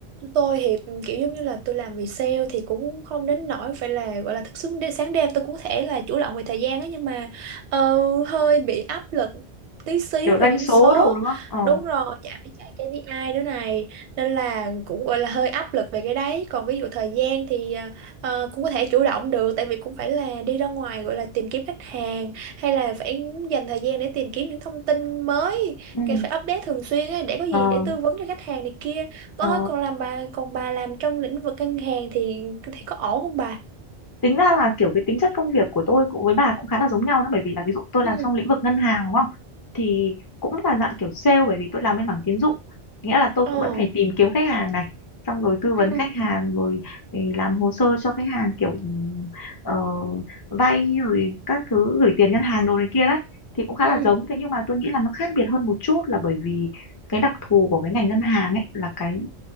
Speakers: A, on the right (about 85°); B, on the left (about 35°).
A: tôi thì kiểu giống như là tôi làm về sale thì cũng không đến nỗi phải là gọi là thức xứng đến sáng đêm tôi cũng có thể là chủ động về thời gian á nhưng mà ờ, hơi bị áp lực tí xíu
B: Kiểu
A: về
B: doanh
A: doanh
B: số
A: số
B: đồ đúng không? Ờ,
A: đúng rồi chả phải chạy KPI nữa này nên là cũng gọi là hơi áp lực về cái đấy còn ví dụ thời gian thì ờ, ờ, cũng có thể chủ động được tại vì cũng phải là đi ra ngoài gọi là tìm kiếm khách hàng hay là phải dành thời gian để tìm kiếm những thông tin mới
B: ừ,
A: Càng phải update thường xuyên ấy, để có gì
B: ờ,
A: để tư vấn cho khách hàng này kia. Con
B: ờ.
A: ơi, còn làm bà còn bà làm trong lĩnh vực ngân hàng thì thì có ổn không bà?
B: tính ra là kiểu cái tính chất công việc của tôi cũng với bà cũng khá là giống nhau đó bởi vì là ví dụ tôi
A: Ừ.
B: làm trong lĩnh vực ngân hàng đúng không thì cũng là dạng kiểu sale bởi vì tôi làm bên mảng tín dụng nghĩa là tôi
A: Ờ.
B: cũng vẫn phải tìm kiếm khách hàng này xong rồi tư
A: Ừ.
B: vấn khách hàng rồi thì làm hồ sơ cho khách hàng kiểu ừm, ờ, vay rồi các thứ gửi tiền ngân hàng đồ này kia đấy thì cũng khá
A: Ừ.
B: là giống thế nhưng mà tôi nghĩ là nó khác biệt hơn một chút là bởi vì cái đặc thù của cái ngành ngân hàng ấy là cái